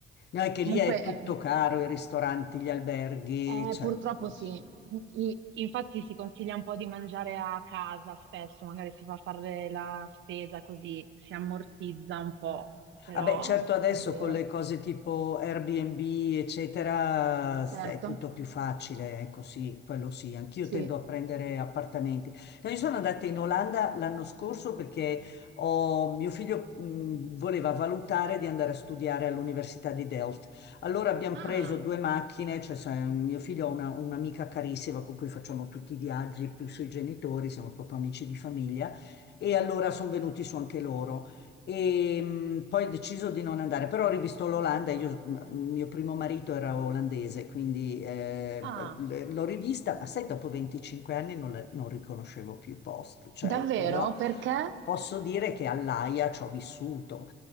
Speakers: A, on the left; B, on the right.
A: No, è che
B: comunque
A: lì è tutto
B: è,
A: caro, i ristoranti, gli alberghi,
B: eh,
A: cioè...
B: purtroppo
A: eh,
B: sì, I- infatti si consiglia un po' di mangiare a casa spesso, magari si fa fare la spesa così si ammortizza un po', però
A: Vabbè, certo adesso
B: è vero.
A: con le cose tipo Airbnb, eccetera, s-
B: Certo,
A: è tutto più facile, ecco sì, quello sì, anch'io
B: sì.
A: tendo a prendere appartamenti. No, io sono andata in Olanda l'anno scorso perché ho- mio figlio mh, voleva valutare di andare a studiare all'Università di Delft. Allora abbiamo
B: Ah,
A: preso due macchine, cioè sai, un- mio figlio ha una- un'amica carissima con cui facciamo tutti i viaggi, più i suoi genitori, siamo proprio amici di famiglia, e allora sono venuti su anche loro. E mh, poi ho deciso di non andare, però ho rivisto l'Olanda, io, mh, mio primo marito era olandese, quindi eh,
B: ah,
A: l- l'ho rivista, ma sai, dopo 25 anni non, la- non riconoscevo più i posti, cioè
B: Davvero?
A: io
B: Perché?
A: posso dire che all'Aia ci ho vissuto,